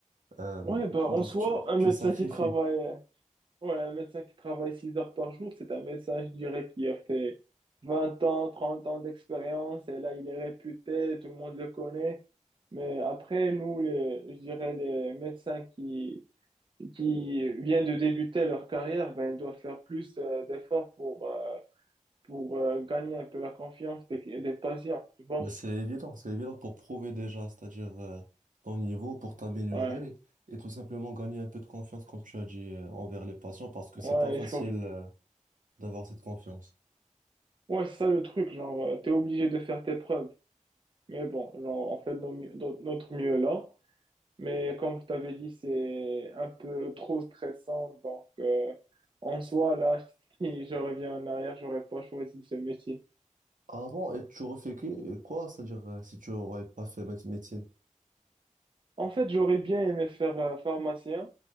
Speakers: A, on the right; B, on the right.
A: euh,
B: Ouais, ben, en
A: donc
B: soi,
A: tu,
B: un médecin
A: tu sacrifies.
B: qui travaille, euh, ouais, un médecin qui travaille six heures par jour, c'est un médecin, je dirais, qui a fait 20 ans, 30 ans d'expérience et là, il est réputé, tout le monde le connaît. Mais après, nous, les, je dirais, les médecins qui, qui viennent de débuter leur carrière, ben, ils doivent faire plus euh, d'efforts pour, euh, pour euh, gagner un peu la confiance des, des patients, tu vois.
A: Ben, c'est évident, c'est évident pour prouver déjà, c'est-à-dire euh, ton niveau, pour t'améliorer
B: Ouais,
A: et tout simplement gagner un peu de confiance, comme tu as dit, euh, envers les patients, parce que c'est
B: ouais,
A: pas facile.
B: il faut...
A: euh, d'avoir cette confiance.
B: ouais, c'est ça le truc, genre, euh, t'es obligé de faire tes preuves. Mais bon, genre, on fait de nos mieux- de notre mieux là. Mais comme je t'avais dit, c'est un peu trop stressant. Donc, euh, en soi, là, <laughs> si je reviens en arrière, j'aurais pas choisi ce métier.
A: Ah bon, et tu aurais fait que- quoi? C'est-à-dire, euh, si tu aurais pas fait méde- médecine.
B: En fait, j'aurais bien aimé faire euh, pharmacien